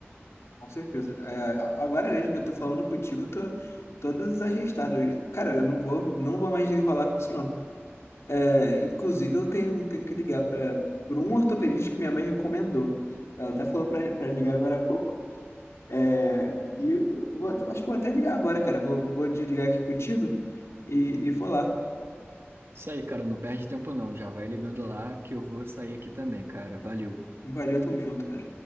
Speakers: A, on the left (about 85°); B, on the right (about 60°).
A: Com certeza. É, agora mesmo que eu tô falando contigo, eu tô todo desajeitado hoje. Cara, eu não vou, não vou mais enrolar com isso, não. É, inclusive, eu tenho, tenho que ligar para por um ortopedista que minha mãe recomendou. Ela até falou para ligar agora há pouco. É, e eu vou, até- acho que vou até ligar agora, cara. Vou, vou desligar aqui contigo e, e vou lá.
B: Isso aí, cara, não perde tempo não. Já vai ligando lá que eu vou sair aqui também, cara. Valeu.
A: Valeu, tamo junto, cara.